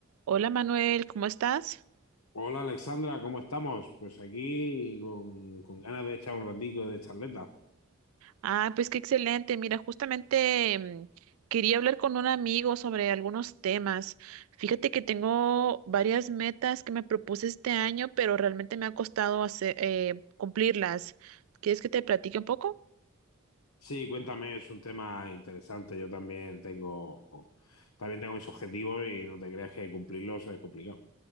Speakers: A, on the right; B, on the left.
A: Hola Manuel, ¿cómo estás?
B: Hola Alexandra, ¿cómo estamos? Pues aquí con, con ganas de echar un ratico de charleta.
A: Ah, pues qué excelente. Mira, justamente mm, quería hablar con un amigo sobre algunos temas. Fíjate que tengo varias metas que me propuse este año, pero realmente me ha costado hacer, eh, cumplirlas. ¿Quieres que te platique un poco?
B: Sí, cuéntame, es un tema interesante. Yo también tengo, también tengo mis objetivos y no te creas que cumplirlos es complicado.